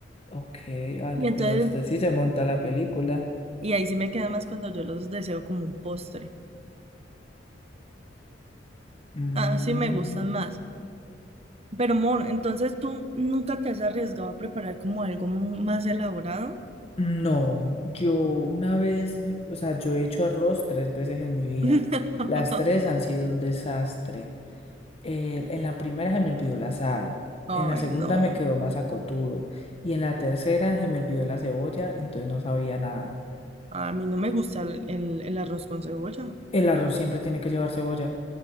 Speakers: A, on the left (about 35°); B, on the right (about 35°).
A: Ok, ay
B: Y
A: no,
B: entonces,
A: pero usted sí se monta la película.
B: y ahí sí me queda más cuando yo los deseo como un postre.
A: Mm.
B: Ah, sí me gustan más. Pero, amor, entonces tú nunca te has arriesgado a preparar como algo mu- más elaborado.
A: No, yo una vez, me, o sea, yo he hecho arroz tres veces en mi vida.
B: <laughs>
A: Las tres han sido un desastre. Eh, en la primera se me olvidó la sal,
B: Ay,
A: en la segunda
B: no.
A: me quedó más acotudo y en la tercera se me olvidó la cebolla, entonces no sabía nada.
B: A mí no me gusta el, el- el arroz con cebolla.
A: El arroz siempre tiene que llevar cebolla.